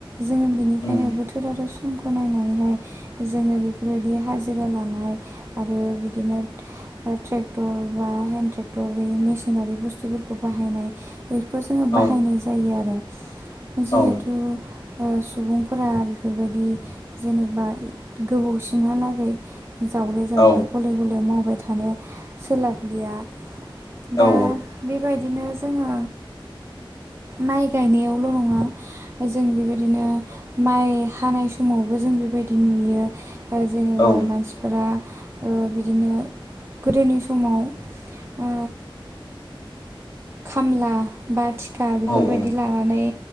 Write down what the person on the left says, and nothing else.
उम
औ
औ
औ
औ
औ
औ